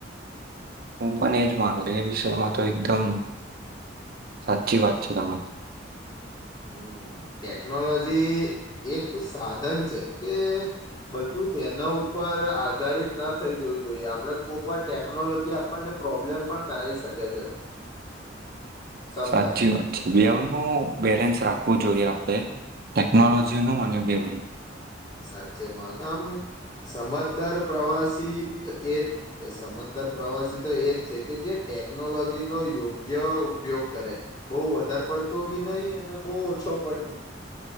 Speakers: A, on the right; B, on the left.
A: હું પણ એજ માનું એ વિષયમાં તો એકદમ સાચી વાત છે, તમારી
B: હમ્મ, ટેકનોલોજી એક સાધન છે. કે બધું તેના ઉપર આધારિત ના થઈ જોવું જોઈએ. આપણે કોકવાર ટેકનોલોજી આપણને પ્રોબ્લેમ પણ કરાવાઈ શકે છે.
A: <inaudible>
B: સમટાઈમ
A: સાચી વાત છે બેવનું બેલેન્સ રાખવું જોઈએ, આપણે ટેકનોલોજીનું અને બેવનું.
B: સાચેમાં ક આમ સમજદાર પ્રવાસી એ સમજ દાર પ્રવાસી તો એ જ છે કે જે ટેકનોલોજી નો યોગ્ય ઉપયોગ કરે બઉ વધારે વધાર પડતો બી નહી, અને બઉ ઓછો પણ નહી.